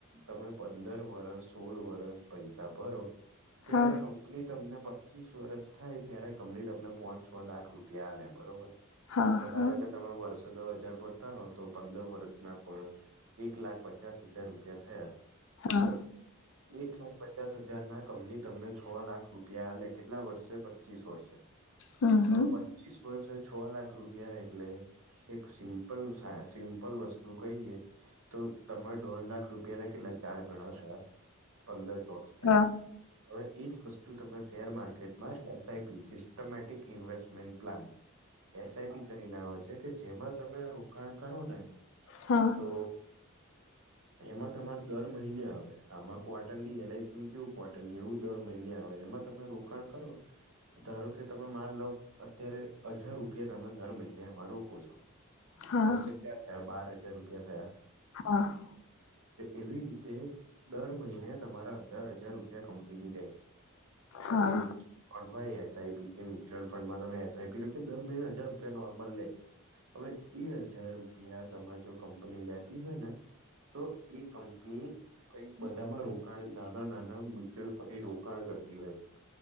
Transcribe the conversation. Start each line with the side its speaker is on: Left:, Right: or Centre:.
Right: તમે પંદર વરસ સોળ વરસ પૈસા ભરો-
Left: હા
Right: ત્યારે કંપની તમને પચીસ વર્ષ- થાય ત્યારે કમ્લીટ તમને પોચ છ લાખ રૂપિયા લે બરોબર
Left: હા
Right: પાર-
Left: હા
Right: વર્ષો દ હજાર પડતા હોય તો પંદર વર્ષના પણ એક લાખ પચાસ હજાર રૂપિયા- થયા
Left: હા
Right: હવે એક લાખ પચાસ હજાર ના કમની તમને છ લાખ રૂ- પ્યા લ કેટલા વર્ષે પચીસ વર્ષે
Left: હમ હમ
Right: હવે- પીસ વર્ષે છ લાખ રૂપિયા એટલે એક સિમ- જો સાયા સિમ્પલ વસ્તુ કહીએ, તો તમારે દોઢ લાખ રૂપિયાને કેટલા ચાર ગણા થયા? પંદર ચોક સાઈઠ.
Left: હા
Right: હવે એજ વસ્તુ તમે શેર માર્કેટમાં SIP systematic invest- plan SIP કરીને આવે છે કે જેમાં તમે રોકાણ કરો ને-
Left: હા-
Right: તો એમાં તમાર દર મહિને આવે આમાં ક્વાર્ટરની એલઆઈસી- કેવું ક્વાર્ટરલી, એવું દર મહિને આવે, એમાં તમે રોકાણ કરો ધારો કે તમે માર લો, અત્યારે હજાર રૂપિયા તમે દર મહિને એમાં રોકો છો,
Left: હા
Right: વર્ષે ક્યાં થયા? બાર હજાર રૂપિયા થયા?
Left: હા
Right: એવી રી તે દર મહિને તમારા હજાર હજાર રૂપિયા કંપનીની રહે.
Left: હા
Right: જે ફંડ હોય, એસઆઈપી છે. મ્યુચ્યુઅલ ફંડમાં તમે એસઆઈપી રોકે, દર મહિને હજાર રૂપિયા નોર્મલ લે, હવે, એ હજાર રૂપિયા તમાર જોડ કંપની લેતી હોય ને, તો એક કંપની, કંઈક બધામાં રોકાણ નાના નાના મ્યુચ્યુઅલ ફંડ એ રો કાણ કરતી હોય,